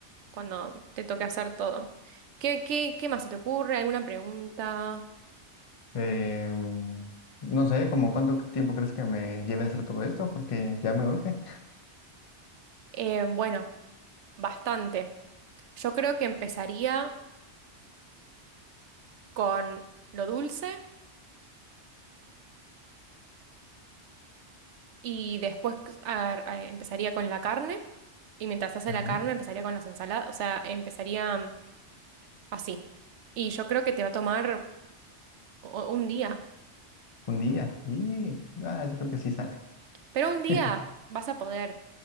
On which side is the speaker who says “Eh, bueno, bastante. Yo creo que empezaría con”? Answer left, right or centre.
Right